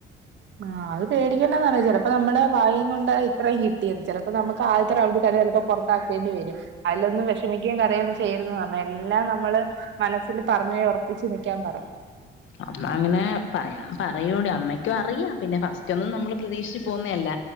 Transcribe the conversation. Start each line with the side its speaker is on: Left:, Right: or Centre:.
Right: ആ അത് പേടിക്കണ്ടാ പറ ചിലപ്പോ നമ്മുടെ ഭാഗ്യം കൊണ്ട് ആ ഇത്രയും കിട്ടിയത് ചെ- അപ്പൊ നമുക്ക് ആദ്യത്തെ റവുണ്ടിൽ തന്നെ ചെലപ്പോ പൊറത്താക്കേണ്ടി വരും അതിനൊന്നും വിഷമിക്കുകയും കരയു - ചെയ്യരുതെന്ന് പറഞ്ഞ് എല്ലാം നമ്മള് മനസ്സിൽ പറഞ്ഞഞ് ഒറപ്പിച്ച് നിക്കാൻ പറ
Left: അമ്മ അങ്ങനെ പറ പറയൂടെ അമ്മയ്ക്കും അറിയാം പിന്നെ ഫസ്റ്റ് ഒന്നും നമ്മള് പ്രതീക്ഷിച്ച് പോന്നയല്ല